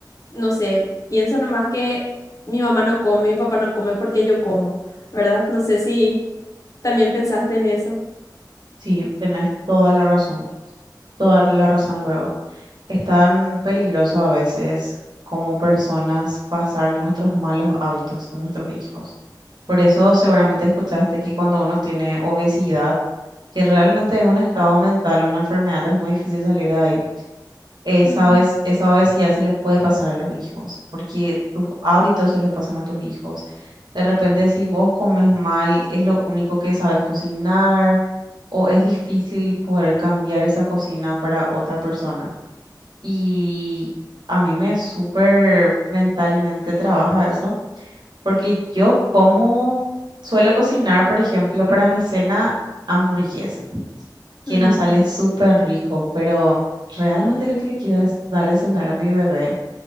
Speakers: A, on the left; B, on the right.
A: no sé, pienso nomás que mi mamá no come, mi papá no come porque yo como, ¿verdad? No sé si también pensaste en eso.
B: Sí, tenés toda la razón, toda la razón luego. Es tan peligroso a veces como personas pasar nuestros malos hábitos a nuestros hijos. Por eso seguramente escuchaste que cuando uno tiene obesidad, que realmente es un estado mental, una enfermedad, es muy difícil salir de ahí. Esa
A: Ujú,
B: vez, esa obesidad se le puede pasar a los hijos, porque tus hábitos se le pasan a tus hijos. De repente, si vos comes mal, es lo único que sabes cocinar, o es difícil poder cambiar esa cocina para otra persona. Y a mí me súper mentalmente trabaja eso, porque yo como suelo cocinar, por ejemplo, para mi cena hamburguesa que
A: ujú,
B: nos sale súper rico, pero realmente lo que le quiero es dar de cenar a mi bebé.